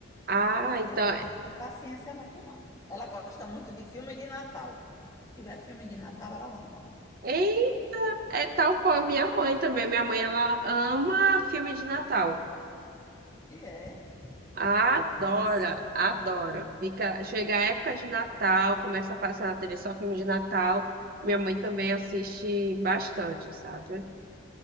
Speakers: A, on the right (about 45°); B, on the left (about 15°).
A: Ah,
B: Mas TV,
A: então.
B: ela tem paciência é muito não. Ela gosta muito de filme de Natal. Se tiver filme de Natal, ela ama.
A: E é tal qual a minha mãe também. Minha mãe, ela ama filme de Natal.
B: E é.
A: Adora,
B: Nossa.
A: adora. Fica, chega a época de Natal, começa a passar na TV só filme de Natal. Minha mãe também assiste bastante, sabe?